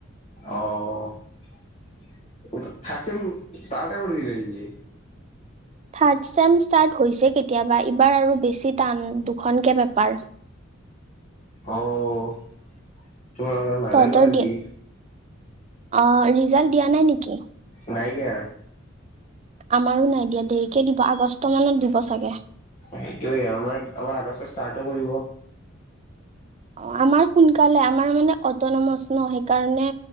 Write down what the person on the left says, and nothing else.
আহ। থাৰ্ট চেম ষ্টাৰহে কৰি দিলে নেকি?
অ'। তোমালোকৰ নাজানো
আৰু
কি
নাই দিয়া।
সেইটোয়ে, আমাৰ আমাৰ আগষ্ট ষ্টাৰ্টো কৰিব।